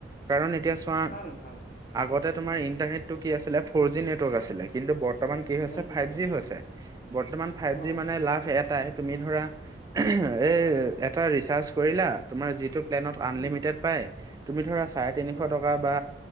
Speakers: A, on the right; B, on the left.
A: কাৰন এতিয়া তোমাৰ
B: ভাল ভাল অ',
A: আগতে তোমাৰ
B: উম,
A: ইন্টাৰনেটটো কি আছিল ফৰ জি নেটৱৰ্ক আছিলে কিন্তু বৰ্তমান কি হৈছে
B: ফ'ৰ
A: ফাইভ
B: নেটৱৰ্ক
A: জি
B: হৈছিলে
A: হৈছে
B: অ'।
A: বৰ্তমান ফাইভ
B: অ',
A: জি মানে লাভ এটাই তুমি ধৰা এই
B: উম,
A: এটা ৰিচাৰ্জ কৰিলা তোমাৰ যিটো প্লেনত আনলিমিটেড
B: উম,
A: পাই তুমি ধৰা চাৰে তিনিশ
B: অ',
A: টকা বা